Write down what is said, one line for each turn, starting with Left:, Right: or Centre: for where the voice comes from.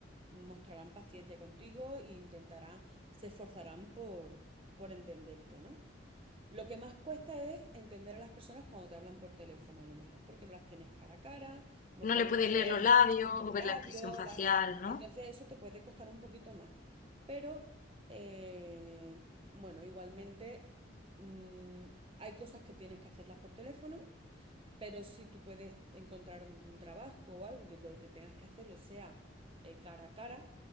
Right: mostrarán paciencia contigo e intentarán, se esforzarán por, por entenderte, ¿no? Lo que más cuesta es entender a las personas cuando te hablan por teléfono, a lo mejor, porque no las tienes cara a cara, no
Left: No
Right: puedes
Left: le puedes
Right: ver
Left: leer los labios o
Right: los labios,
Left: ver la expresión facial,
Right: la-
Left: ¿no?
Right: entonces eso te puede costar un poquito más. Pero, eh, bueno, igualmente mm, hay cosas que tienes que hacerlas por teléfono pero si tú puedes encontrar un, un trabajo o algo que lo que tengas que hacerlo sea eh, cara a cara,